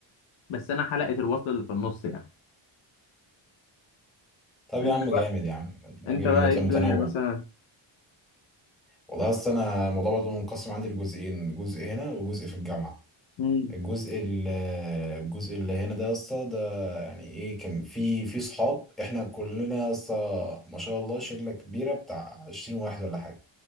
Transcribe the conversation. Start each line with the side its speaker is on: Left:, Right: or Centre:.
Left: بس انا حلقه الوصل اللي في النص يعني
Centre: طب
Left: انت
Centre: يا عم جامد
Left: بقى
Centre: يا عم انت
Left: انت
Centre: راجل
Left: بقى
Centre: مت-
Left: ايه الدنيا
Centre: متنوع
Left: مثلا
Centre: والله اصل انا الموضوع برضه منقسم عندي لجزئين جزء هنا وجزء في الجامعة
Left: مم.
Centre: الجزء ال- الجزء اللي هنا ده يا اسطى ده يعني ايه كان في في صحاب احنا كلنا يا اسطى ما شاء الله شلة كبيرة بتاع 20 واحد ولا حاجة